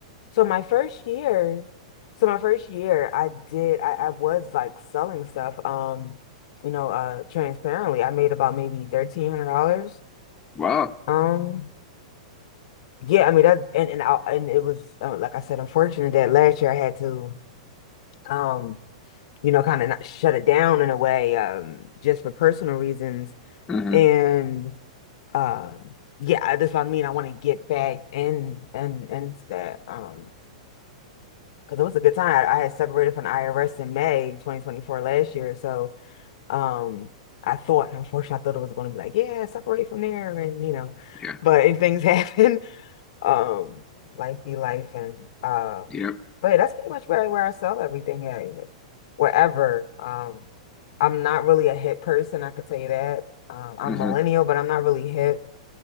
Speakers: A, on the left; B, on the left.
A: So my first year, so my first year, I did, I, I was like selling stuff, um, you know, uh, transparently. I made about maybe thirteen hundred dollars.
B: Wow.
A: Um, yeah, I mean that, and and I, and it was uh, like I said, unfortunate that last year I had to, um, you know, kind of shut it down in a way, um, just for personal reasons.
B: hmm
A: And um, yeah, I- that's what I mean. I want to get back in and into that. Um, because it was a good time. I, I had separated from the IRS in May 2024 last year, so um, I thought, unfortunately, I thought it was going to be like, yeah, separate from there, and you know,
B: Yeah.
A: but and things <laughs> happen. Um, life be life, and uh,
B: Yep.
A: but that's pretty much where where I sell everything at, even wherever. Um, I'm not really a hip person, I could tell you that. Um, I'm
B: hmm
A: millennial, but I'm not really hip.